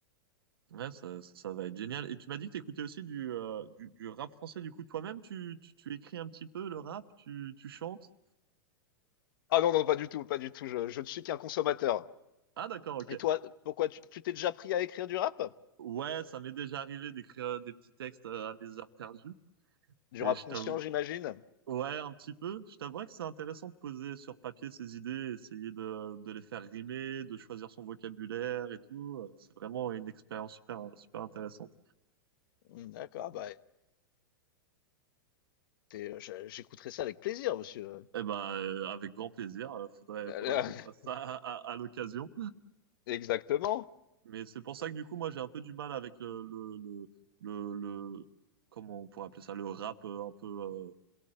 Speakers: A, on the right; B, on the left.
A: Ouais, ça, ça, ça va être génial. Et tu m'as dit que t'écoutais aussi du, euh, du, du rap français. Du coup, toi-même, tu, tu, tu écris un petit peu le rap, tu, tu chantes.
B: Ah non, non, pas du tout, pas du tout. Je, je ne suis qu'un consommateur.
A: Ah, d'accord, ok.
B: Et toi, pourquoi tu tu t'es déjà pris à écrire du rap?
A: Ouais, ça m'est déjà arrivé d'écrire euh, des petits textes euh, à mes heures perdues.
B: Du
A: Et
B: rap
A: je
B: conscient,
A: Ouais. t'avoue,
B: j'imagine?
A: ouais, un petit peu. Je t'avouerais que c'est intéressant de poser sur papier ses idées, essayer de, de les faire rimer, de choisir son vocabulaire et tout. Euh, C'est vraiment une expérience super, super intéressante.
B: Hmm, D'accord, bah écoutez, je- j'écouterai ça avec plaisir, monsieur.
A: Eh ben, euh, avec grand plaisir. Euh, Faudrait,
B: Euh,
A: faudrait qu'on fasse
B: <laughs>
A: ça à à- à l'occasion.
B: Exactement.
A: Mais c'est pour ça que du coup, moi, j'ai un peu du mal avec le, le, le, le, le- comment on pourrait appeler ça, le rap euh, un peu